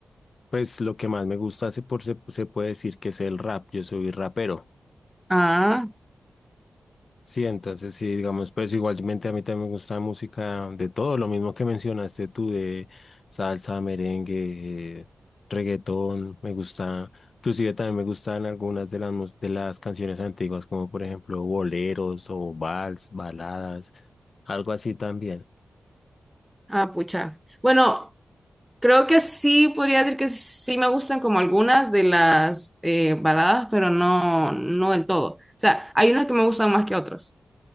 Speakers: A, on the left; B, in the centre.
A: pues lo que más me gusta se, por, se, se puede decir que es el rap. Yo soy rapero.
B: Ah,
A: Sí, entonces sí, digamos, pues igualmente a mí también me gusta música de todo, lo mismo que mencionaste tú de salsa, merengue, reggaetón, me gusta, inclusive también me gustan algunas de las mus- de las canciones antiguas, como por ejemplo boleros o vals, baladas, algo así también.
B: ah, pucha. Bueno, creo que sí, podría decir que sí me gustan como algunas de las eh, baladas, pero no, no del todo. O sea, hay unas que me gustan más que otras.